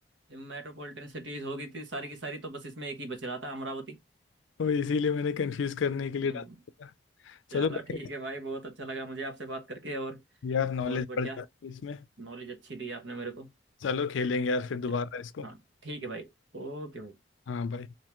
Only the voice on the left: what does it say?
इसीलिए मैंने कंफ्यूज करने के
लिए डाल दिया था।
चलो बढ़िया
है। यार नॉलेज
बढ़ जाती है इसमें
चलो खेलेंगे यार फिर दोबारा
इसको
हाँ बाय